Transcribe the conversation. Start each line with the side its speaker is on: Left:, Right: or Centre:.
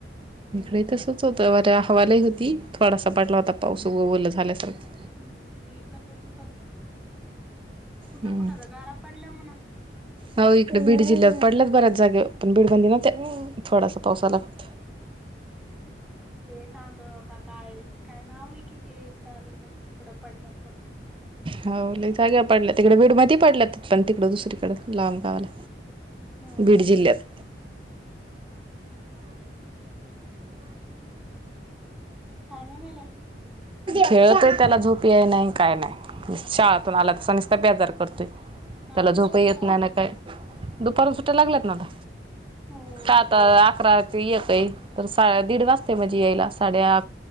Right: इकडे्ही तसच होत बर हवा लई होती थोडासा पडला होता पाऊस उग ओल झाल्यासारख.
Centre: हम्म इकड तसच होत. कुठ
Right: हम्म
Centre: कुठ तर गारा पडल्या म्हण.
Right: हो इकड बीड जिल्ह्यात पडल्यात बऱ्याच जागेवर पण बीड मध्ये नव्हत्या त थोडासा पाऊस आला. फक्त
Centre: ते सांदोळ का काय काय नाव आहे कि ते तालुक्यात तिकड पडल्यात म्हणून‌
Right: हो लई जाग्यावर पडला तिकड बीड मध्ये पडल्यात पण तिकड दुसरीकड लांब गावाला.
Centre: हो
Right: बीड
Centre: का
Right: जिल्ह्यात.
Centre: काय म्हणाला?
Right: खेळतय त्याला झोप याय नाही काय नाय. शाळातून आला तस नीसता बेजार करतोय त्याला
Centre: आज
Right: झोप
Centre: लय लवकर
Right: ही येत
Centre: आला
Right: नाही ना काय दुपारच्या सुट्या लागल्यात ना आता,
Centre: हो
Right: का आता अकरा ते येतय तर दीड वाजते म्हणजे यायला साडे आ